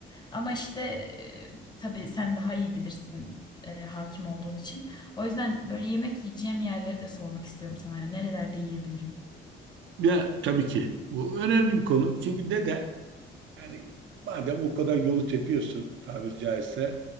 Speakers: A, on the left (about 20°); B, on the right (about 70°).
A: Ama işte e, tabii sen daha iyi bilirsin e, hakim olduğun için. O yüzden böyle yemek yiyeceğim yerleri de sormak istiyorum sana. ya nerelerde yiyebilirim?
B: Ya tabii ki. Bu önemli bir konu. Çünkü neden? Yani madem o kadar yolu tepiyorsun tabiri caizse,